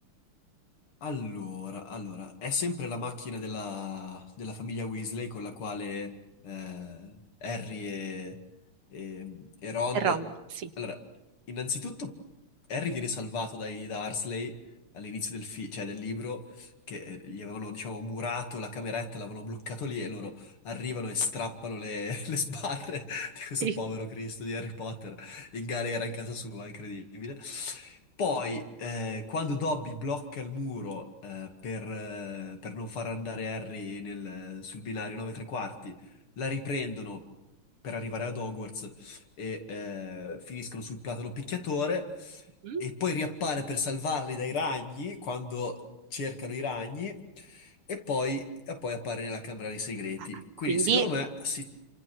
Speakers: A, on the left; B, on the right.
A: Allora, allora, è sempre la macchina della, della famiglia Weasley con la quale eh, Harry e, e- e Ron...
B: È Ron, sì.
A: Allora, innanzitutto Harry viene salvato dai Dursley all'inizio del, fi- cioè del libro, che eh, gli avevano, diciamo, murato la cameretta, l'avevano bloccato lì e loro arrivano e strappano le, <laughs> le sbarre di questo
B: Sì.
A: povero Cristo di Harry Potter in galera in casa sua, incredibile. Poi, eh, quando Dobby blocca il muro eh, per, eh, per non far andare Harry nel- sul binario 9 3 quarti, la riprendono per arrivare ad Hogwarts e eh, finiscono sul platano picchiatore.
B: Mm?
A: E poi riappare per salvarli dai ragni quando cercano i ragni. E poi, e poi appare nella Camera dei Segreti.
B: Ah, Quindi
A: Quindi, secondo me, si,